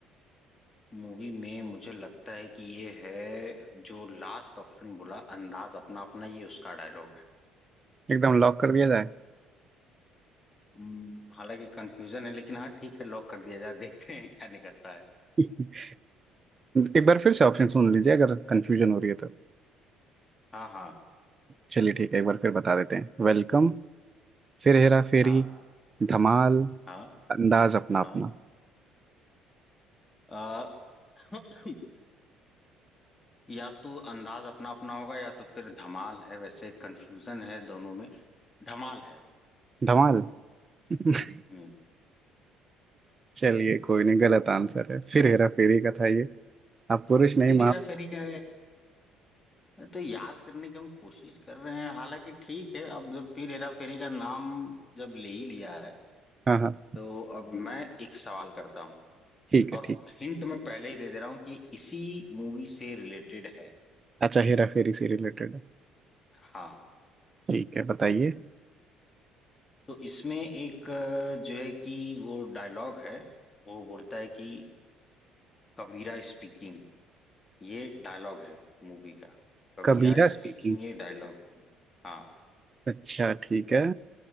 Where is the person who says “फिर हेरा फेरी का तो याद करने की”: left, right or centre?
Left